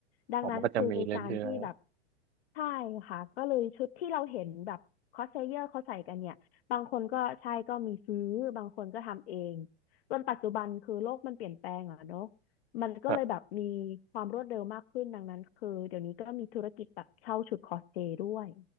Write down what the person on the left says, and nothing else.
ดังนั้นคือการที่แบบ
ใช่ค่ะก็เลยชุดที่เราเห็นแบบคอสเพลเยอร์เขาใส่กันเนี่ยบางคนก็ใช่ก็มีซื้อบางคนก็ทำเองจนปัจจุบันคือโลกมันเปลี่ยนแปลงอ่ะเนาะมันก็เลยแบบมีความรวดเร็วมากขึ้นดังนั้นคือเดี๋ยวนี้ก็มีธุรกิจแบบเช่าชุดคอสเพลย์ด้วย